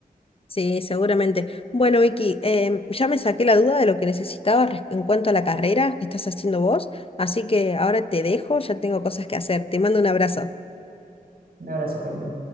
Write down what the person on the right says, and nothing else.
Un abrazo, Corina.